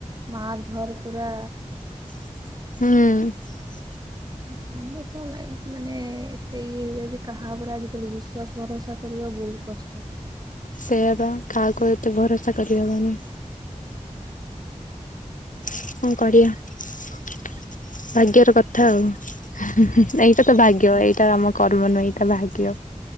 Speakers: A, on the right; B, on the left.
A: ମାର ଧର ପୁରା
B: ହଁ
A: ସମସ୍ତଙ୍କ ଲାଇଫ ମାନେ ଏତେ ଇଏ ହେଇଯାଉଚି କାହା ଉପରେ ଆଜି କାଲି ବିଶ ବିଶ୍ୱାସ ଭରସା କରିବା ବୋହୁତ କଷ୍ଟ
B: ସେଇୟା ପା କାହାକୁ ଏତେ ଭରସା କରିହବନି ଙ୍କ କରିଆ? ଭାଗ୍ୟର କଥା ଆଉ ଏଇଟା ତ ଭାଗ୍ୟ ଏଇଟା ଆମ କର୍ମ ନୁହେଁ ଏଇଟା ଭାଗ୍ୟ।